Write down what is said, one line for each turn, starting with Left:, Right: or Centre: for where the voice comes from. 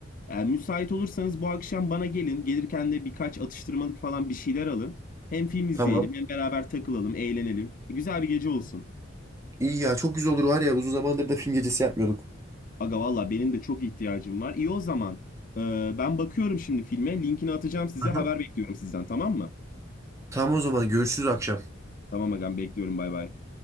Left: Yani müsait olursanız bu akşam bana gelin. Gelirken de birkaç atıştırmalık falan bir şeyler alın. Hem film izleyelim
Right: tamam.
Left: hem beraber takılalım, eğlenelim. E, güzel bir gece olsun.
Right: İyi ya çok güzel olur var ya uzun zamandır da film gecesi yapmıyorduk.
Left: Aga valla benim de çok ihtiyacım var. İyi o zaman. Eee, ben bakıyorum şimdi filme. Linkini atacağım size.
Right: Aha.
Left: Haber bekliyorum sizden tamam mı?
Right: Tamam o zaman görüşürüz akşam.
Left: Tamam agam bekliyorum bay bay.